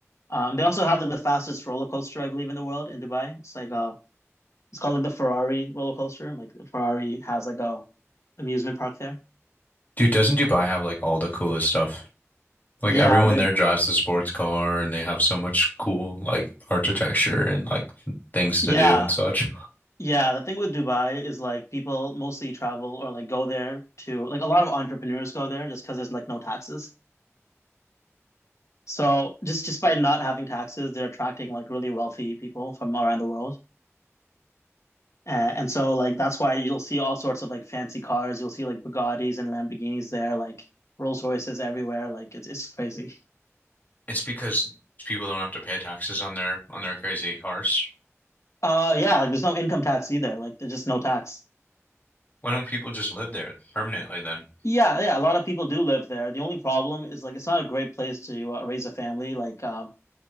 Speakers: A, on the left; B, on the left.
A: Um, they also have like the fastest roller coaster I believe in the world in Dubai. It's like uh, it's called like the Ferrari roller coaster. Like Ferrari has like a amusement park there.
B: Dude, doesn't Dubai have like all the coolest stuff? Like
A: Yeah,
B: everyone
A: the
B: there drives the sports car and they have so much cool like architecture and like things
A: yeah,
B: to do and such.
A: yeah. The thing with Dubai is like people mostly travel or like go there to like a lot of entrepreneurs go there just because there's like no taxes. So just just by not having taxes, they're attracting like really wealthy people from around the world. Uh, and so like that's why you'll see all sorts of like fancy cars. You'll see like Bugattis and Lamborghinis there, like Rolls Royces everywhere. Like it's it's crazy.
B: It's because people don't have to pay taxes on their on their crazy cars.
A: Uh yeah, like, there's no income tax either. Like there's just no tax.
B: Why don't people just live there permanently then?
A: Yeah, yeah, a lot of people do live there. The only problem is like it's not a great place to uh, raise a family. Like um